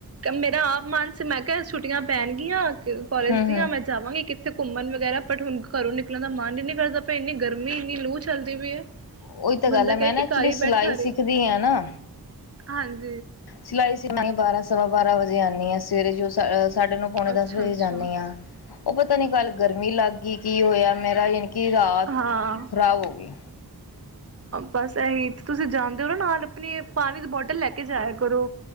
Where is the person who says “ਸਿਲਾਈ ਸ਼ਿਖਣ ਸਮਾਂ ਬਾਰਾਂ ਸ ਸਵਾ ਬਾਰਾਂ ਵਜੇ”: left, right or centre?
Left